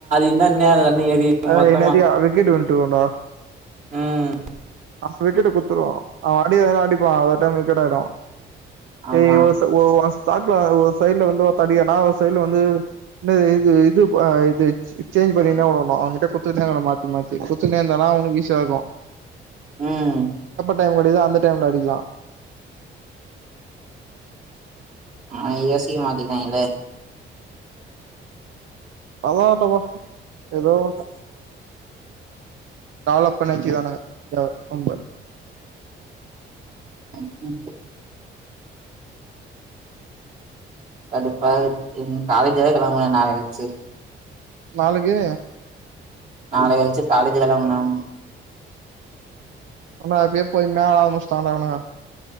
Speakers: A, on the right; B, on the right.
A: <unintelligible>
B: அ
A: மொத்தமா
B: இன்னாத்திகு விக்கெட்டு வின்ருக்குண்டா
A: ம்
B: அம் விக்கெட்டு குத்துருவா அவ அடி அ அடிப்பா ஒரு டைம் விக்கெட் ஆயிடு
A: ஆமா
B: <unintelligible> பாக்லா ஒரு சைட்ல வந்து ஒருத்த அடிக்கானா ஒரு சைட்ல வந்து ந இது இது ப இது ச் சேஞ்ச் பண்ணி என்னா பண் ம அவங்கிட்ட குத்துகுனே இகுனு மாத்தி மாத்தி குத்துகுனே இந்தானா அவுனுக்கு ஈசியாருக்கு
A: உம்
B: டைம் கெடகிதோ அந்த டைம்ல அடிக்லா
A: ஆ ஏ சி ய மாத்திடாய்ங்களே
B: அதாண்டவா எதோ ஒன்னு டெவலப் பண்ணி வெச்சிகிறானுங்க யாவ ரொம்ப
A: ம் கடுப்பா இருக்குதுன் காலேஜ் வேற வெக்கிறாங்களா நாள கழிச்சு
B: நாளக்கி
A: நாளை கழிச்சு காலேஜ் தாண்டா போணும்
B: ஆனா எப்பியே போய்ருந்தா ஆல்மோஸ்ட் ஆனவனுங்க